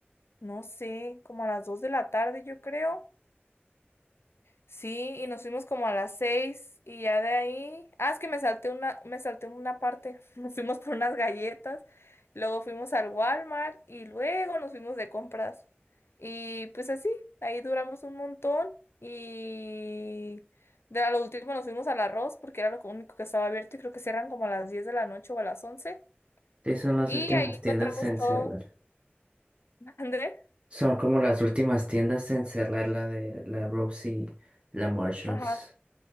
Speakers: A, on the left; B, on the right.
A: no sé, como a las 2 de la tarde, yo creo. Sí, y nos fuimos como a las seis y ya de ahí, ah, es que me salté una, me salté una parte, <laughs> nos fuimos por unas galletas, luego fuimos al Walmart y luego nos fuimos de compras. Y pues así, ahí duramos un montón y de a lo último nos fuimos al arroz porque era lo único que estaba abierto y creo que cierran como a las 10 de la noche o a las once
B: Sí, son las
A: Y
B: últimas
A: ahí
B: tiendas
A: encontramos
B: en
A: todo.
B: cerrar.
A: <laughs> André.
B: Son como las últimas tiendas en cerrar la de la Rose y la Marshalls.
A: Ajá.